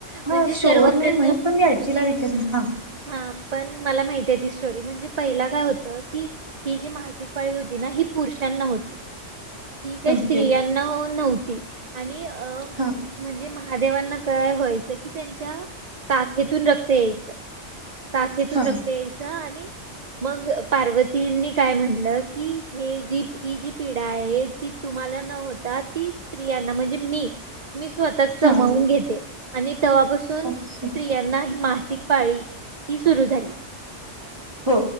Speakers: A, on the right (about 40°); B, on the right (about 20°).
A: म्हणजे
B: हा
A: सर्वप्रथम
B: शोअर नाही माहीत पण मी आजीला
A: मी
B: विचारे हा
A: हा पण मला माहिती आहे ती स्टोरी म्हणजे पहिला काय होतं की ही जी मासिक पाळी होती ना ही पुरुषांना होती ही काही स्त्रियां
B: ओके
A: नाहो न्होती आणि अं...
B: हा
A: म्हणजे महादेवांना काय व्हायचं की त्यांच्या काखेतून रक्त येई. काखेतून
B: हा
A: रक्त यायचं आणि मग पार्वतींनी काय म्हटलं की हे जी ही जी पिढा आहे ती तुम्हाला न होता ती स्त्रियांना म्हणजे मी मी स्वत तर
B: हा
A: समावून घेते आणि तेव्हापासून
B: ओके
A: स्त्रियांना ही मासिक पाळी ही सुरू झाली.
B: हो